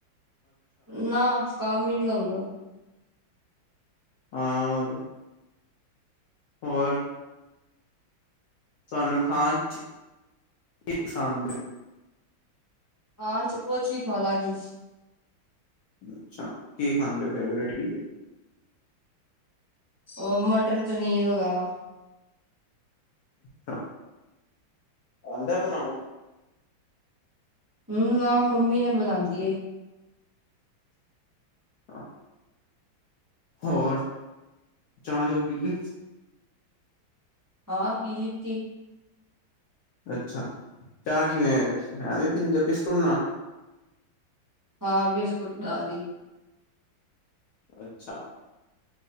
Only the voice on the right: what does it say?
ਨਾ, ਕਾੰਮ ਹੀ ਨੀ ਹੋਂਦਾ।
ਖਾਨ ਚ, ਕੋੱਛ ਵੀ ਖਾ ਲਾਗੀ।
ਓ ਮਟਰ, ਪਨੀਰ ਵਗੈਰਾ।
ਹੂੰ, ਨਾ ਮੰਮੀ ਨੇ ਬਨਾਂਦੀ ਏ।
ਹਾਂ, ਪੀ ਲਿੱਤੀ।
ਹਾਂ, ਬਿਸਕੁਟ ਨਾਲ ਈ।